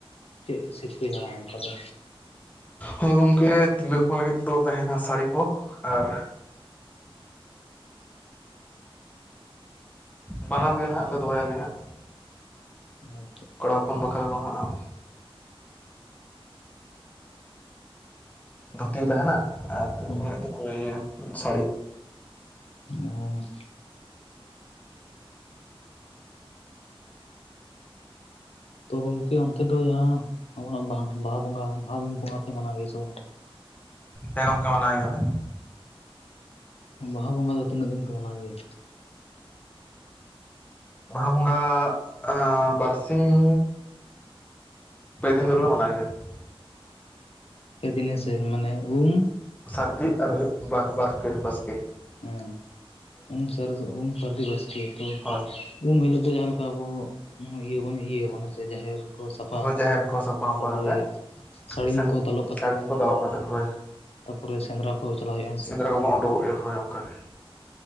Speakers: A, on the left; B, on the left.
A: ᱪᱮᱫ ᱥᱤᱨᱽᱯᱟᱹ ᱧᱟᱢ ᱟᱭ ᱚᱱᱠᱟ ᱫᱚ?
B: ᱦᱳᱭ ᱜᱚᱝᱠᱮ ᱛᱤᱨᱞᱟᱹ ᱦᱚᱯᱚᱱ ᱞᱟᱹᱜᱤᱫ ᱫᱚ ᱛᱟᱦᱮᱱᱟ ᱥᱟᱹᱲᱤ ᱠᱚ, ᱟᱨ ᱵᱟᱱᱟᱨ ᱜᱮ ᱞᱟᱦᱟᱸᱜ ᱞᱮ ᱫᱚᱦᱚᱭᱟᱞᱮ ᱦᱟᱸᱜ ᱾
A: ᱟᱪᱪᱷᱟ
B: ᱠᱚᱲᱟ ᱦᱚᱯᱚᱱ ᱵᱟᱠᱷᱨᱟ ᱠᱚ ᱦᱟᱸᱜ ᱫᱷᱩᱛᱤ ᱛᱟᱦᱮᱱᱟ ᱟᱨ ᱛᱤᱨᱞᱟᱹ
A: ᱦᱮᱸ
B: ᱦᱚᱯᱚᱱ ᱞᱟᱹᱜᱤᱫ ᱫᱚ ᱤᱭᱟᱹ ᱥᱟᱹᱲᱤ ᱾
A: ᱚᱻ ᱛᱚ ᱜᱚᱢᱠᱮ ᱚᱱᱛᱮ ᱫᱚ ᱡᱟᱦᱟᱸ ᱟᱵᱚᱱᱟᱜ ᱵᱟᱦᱟ ᱵᱟᱦᱟ ᱵᱚᱸᱜᱟ ᱵᱟᱦᱟ ᱵᱚᱸᱜᱟ ᱯᱮ ᱢᱟᱱᱟᱣ ᱜᱮᱭᱟ ᱥᱮ ᱵᱟᱝ?
B: ᱦᱮᱸ ᱜᱚᱢᱠᱮ ᱢᱟᱱᱟᱣ ᱜᱮᱭᱟ ᱞᱮ ᱾
A: ᱵᱟᱦᱟ ᱵᱚᱸᱜᱟ ᱫᱚ ᱛᱤᱱᱟᱹᱜ ᱫᱤᱱ ᱯᱮ ᱢᱟᱱᱟᱣ ᱜᱮᱭᱟ?
B: ᱵᱟᱦᱟ ᱵᱚᱸᱜᱟ ᱟᱻ ᱵᱟᱨᱥᱤᱧᱻ ᱯᱮ ᱫᱤᱱ ᱫᱷᱚᱨᱮ ᱞᱮ ᱢᱟᱱᱟᱣ ᱜᱮᱭᱟ ᱾
A: ᱮ ᱫᱤᱱᱮ ᱥᱮ ᱢᱟᱱᱮ ᱩᱢ
B: ᱥᱟᱹᱨᱫᱤ ᱟᱨ ᱦᱩᱭᱩᱜ ᱵᱟ-ᱵᱟᱦ ᱵᱟᱥᱠᱮ ᱾
A: ᱚᱸ ᱩᱢ ᱥᱟᱨᱮᱥ ᱩᱢ ᱥᱟᱹᱨᱫᱤ ᱵᱟᱥᱠᱮ ᱛᱚ
B: ᱦᱳᱭ
A: ᱩᱢ ᱦᱤᱞᱳᱜ ᱫᱚ ᱡᱟᱦᱟᱸ ᱞᱮᱠᱟ ᱟᱵᱚ ᱤᱭᱟᱹ ᱵᱚᱱ ᱤᱭᱟᱹ ᱟᱵᱚᱱ ᱦᱮ ᱥᱮ ᱡᱟᱦᱮᱨ ᱠᱚ ᱥᱟᱯᱷᱟ
B: ᱦᱳᱭ ᱡᱟᱦᱮᱨ ᱠᱚ ᱥᱟᱯᱷᱟ ᱢᱟᱯᱷᱟ
A: ᱛᱟᱯᱚᱨᱮ
B: ᱠᱟᱛᱮᱫ
A: ᱥᱟᱹᱲᱤᱢ
B: ᱥᱮᱱ
A: ᱠᱚ ᱫᱟᱞᱚᱵ ᱠᱟᱛᱮᱫ
B: ᱥᱟᱹᱲᱤᱢᱠᱚ ᱫᱟᱞᱚᱵ ᱠᱟᱛᱮᱫ ᱦᱳᱭ
A: ᱛᱟᱯᱚᱨᱮ ᱥᱮᱸᱫᱽᱨᱟ
B: ᱾
A: ᱠᱚ ᱪᱟᱞᱟᱜ ᱦᱩᱭᱩᱜᱼᱟ ᱦᱮᱸ ᱥᱮ
B: ᱥᱮᱸᱫᱽᱨᱟ ᱠᱚᱵᱚᱱ ᱳᱰᱳᱠᱚᱜ ᱜᱮᱭᱟ ᱦᱳᱭ ᱚᱱᱠᱟ ᱜᱮ ᱾